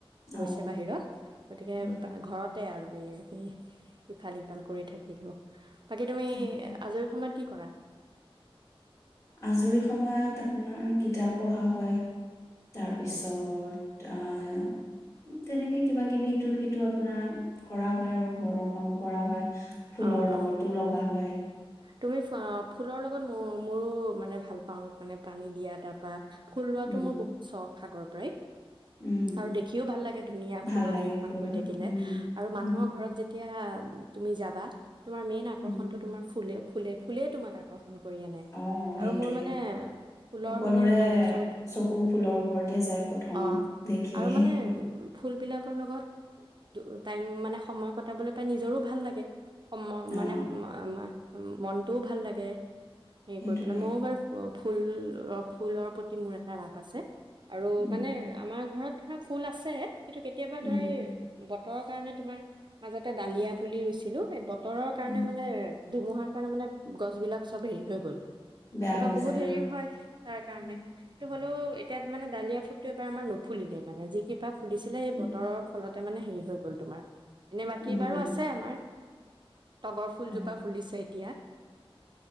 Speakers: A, on the right (about 50°); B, on the left (about 30°).
A: গৈছে
B: অ
A: বাহিৰত গতিকে
B: অ
A: পা ঘৰত এয়া আৰু এই ইফাল সিফাল কৰি থাকিলো। বাকী তুমি
B: তাকে
A: আজৰি সময়ত কি কৰা?
B: আজৰি সময়ত আপোনাৰ কিতাপ পঢ়া হয়। তাৰপিছত
A: উম,
B: আহ তেনেকে কিবা কিবি ইটো সিটো আপোনাৰ কৰা হয় আৰু ঘৰৰ কামো কৰা হয়। ফুলৰ
A: অঁ
B: লগতো
A: অঁ
B: লগা হয়
A: তুমি ফ ফুলৰ লগত ম মোৰো মানে ভাল পাওঁ মানে পানী দিয়া তাৰ পৰা ফুল ৰোৱাটো
B: উম
A: মোৰ বহুত চখ। সাগৰৰ পৰাই
B: উম
A: আৰু দেখিও ভাল লাগে ধুনীয়া
B: ভাল
A: ফুলনিখন
B: লাগে ফুল
A: হৈ
B: উম
A: থাকিলে আৰু মানুহৰ
B: উম
A: ঘৰত যেতিয়া উম - উম তুমি যাব বা তোমাৰ মেইন আকৰ্ষণটো
B: উম
A: তোমাৰ ফুলে। ফুলে, ফুলেই তোমাক আকৰ্ষণ ফোন কৰি আনে
B: অ
A: আৰু
B: সেইটোৱে
A: মোৰ মানে ফুলৰ
B: সকলোৰে
A: মানে কালেকচন।
B: চকু ফুলৰ ওপৰতে যায় প্ৰথম
A: অ,
B: দেখিয়ে
A: আৰু মানে ফুল বিলাক কৰ লগত টাইম মানে সময় কটাবলৈ পাই নিজৰো ভাল লাগে। সম
B: অ
A: মানে মা - মা মনটোও ভাল লাগে। সেই
B: সেইটোৱে
A: কৰি পেলাই ময়ও বাৰু ফ ফুল অ ', ফুলৰ প্ৰতি মোৰ এটা ৰাপ আছে। আৰু
B: উম
A: মানে আমাৰ ঘৰত ধৰা ফুল আছে। কিন্তু কেতিয়াবা
B: উম
A: ধৰা এই বতৰৰ কাৰণে তোমাৰ মাজতে ডালিয়া পুলি ৰুইছে ছিলো সেই বত <inaudible> তৰৰ কাৰণে
B: উম
A: মানে ধুমুহাৰ কাৰণে মানে গছ বিলাক চব হেৰি হৈ গ'ল।
B: বেয়া
A: তপা
B: হৈ
A: বহুত
B: যায়
A: হেৰিও হয় তাৰ কাৰণে।
B: উম
A: কিন্তু হ'লেও এতিয়া মানে ডালিয়া ফুল টো এবাৰ আমাৰ নফুলিলে মানে যি কিবা খুলিছিলে এই
B: উম
A: বতৰৰ ফলত তাৰ মানে হেৰী হৈ গ'ল তোমাৰ। এনে বাকী
B: উম
A: বাৰু আছে আমাৰ। তগৰ ফুলজোপা
B: হয়
A: ফুলিছে এতিয়া।